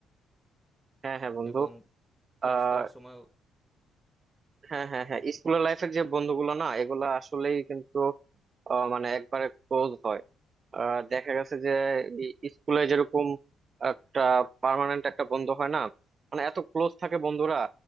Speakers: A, on the right (about 45°); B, in the centre.
A: হ্যাঁ হ্যাঁ বন্ধু
B: এবং ক্লাস
A: আহ
B: করার সময়
A: হ্যাঁ হ্যাঁ হ্যাঁ স্কুলের লাইফের যে বন্ধুগুলো না এগুলা আসলেই কিন্তু আহ, মানে একবারে ক্লোজ হয় আহ, দেখা গেছে যে স্কুলে যেরকম একটা পার্মানেন্ট একটা বন্ধু হয় না মানে এত ক্লোজ থাকে বন্ধুরা